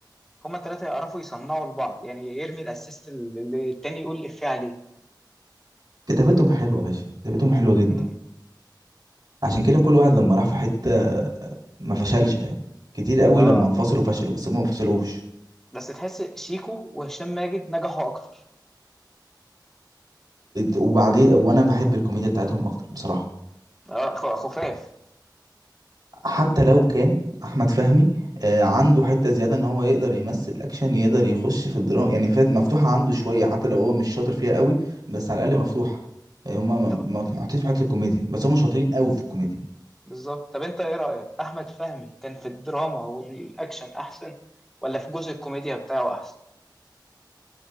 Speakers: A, in the centre; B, on the right.
A: هما التلاتة يعرفوا يصنعوا لبعض يعني يرمي الاسيست اللي التاني يقول الإفيه عليه
B: كتابتهم حلوه يا باشا كتابتهم حلوه
A: مم.
B: جدا عشان كده كل واحد لما راح في حته آه، ما فشلش فاهم كتير قوي
A: اه
B: لما انفصلوا فشلوا بس هم ما فشلوش
A: بس تحس شيكو وهشام ماجد نجحوا اكتر
B: وبعدين وانا بحب الكوميديا بتاعتهم اكتر بصراحه
A: اه خ- خفاف
B: حتى لو كان احمد فهمي آه، عنده حته زياده ان هو يقدر يمثل اكشن يقدر يخش في الدراما يعني فات مفتوحه عنده شويه حتى لو هو مش شاطر فيها قوي بس على الاقل مفتوحه يعني هما ما
A: طب
B: ما محطوطين في حته الكوميديا بس هما شاطرين قوي في الكوميديا
A: بالظبط طب انت ايه رأيك احمد فهمي كان في الدراما والاكشن احسن ولا في جزء الكوميديا بتاعه احسن